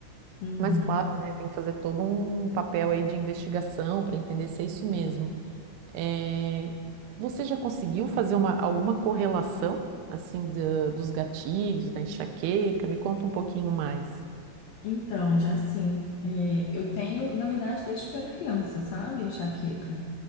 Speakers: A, on the left (about 80°); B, on the right (about 75°).
A: uhum.
B: Mas, claro, né, tem que fazer todo um papel aí de investigação para entender se é isso mesmo. É, Você já conseguiu fazer uma, alguma correlação, assim, da- dos gatilhos, da enxaqueca? Me conta um pouquinho mais.
A: Então, já sim, é, eu tenho, na verdade, desde que eu era criança, sabe, enxaqueca.